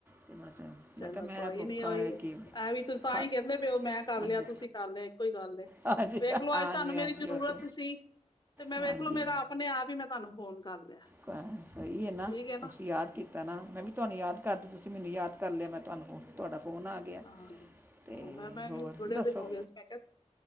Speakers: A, on the right (about 15°); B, on the left (about 35°).
A: ਤੇ ਬਸ ਮੈਂ
B: ਚਲੋ
A: ਕਿਹਾ ਮੈਂ
B: ਕੋਈ
A: ਭੁੱਖਾ
B: ਨੀ ਓਈ।
A: ਹੈ ਕਿ
B: ਐ ਵੀ ਤੁਸ ਤਾਂ
A: ਖਾ
B: ਈ ਕੇਂਦੇ ਪੇ ਓ ਮੈਂ ਕਰ
A: ਹਾਂਜੀ
B: ਲਿਆ, ਤੁਸੀ ਕਰ ਲਿਆ ਇੱਕੋ ਗੱਲ ਏ।
A: ਹਾਂਜੀ
B: ਵੇਖ ਲੋ
A: ਹਾਂਜੀ
B: ਅੱਜ ਤੁਆਨੂੰ
A: ਹਾਂਜੀ
B: ਮੇਰੀ ਜ਼ਰੂਰਤ
A: ਉਸ
B: ਸੀ ਤੇ ਮੈਂ
A: ਹਾਂਜੀ
B: ਵੇਖ ਲੋ ਮੇਰਾ ਆਪਣੇ ਆਪ ਈ ਮੈਂ ਤੁਆਨੂੰ ਫੋਨ ਕਰ ਲਿਐ।
A: ਕ- ਸਹੀ ਹੈ
B: ਠੀਕ ਐ ਨਾ।
A: ਤੁਸੀਂ ਯਾਦ ਕੀਤਾ ਨਾ, ਮੈਂ ਵੀ ਤੁਆਨੂੰ ਯਾਦ ਕਰਦੀ ਪੀ ਸੀ। ਮੈਨੂੰ ਯਾਦ ਕਰ ਲਿਆ ਮੈਂ ਤੁਆਨੂੰ ਫੋ ਤੁਆਡਾ ਫੋਨ ਆ ਗਿਆ
B: ਹਾਂ,
A: ਤੇ
B: ਹਾਂ ਮੈਂ ਮੈਨੂੰ
A: ਹੋਰ
B: ਬੜੇ
A: ਦੱਸੋ
B: ਦਿਨ ਹੋ ਗੇ ਸੀ ਮੈਂ ਕਿਆ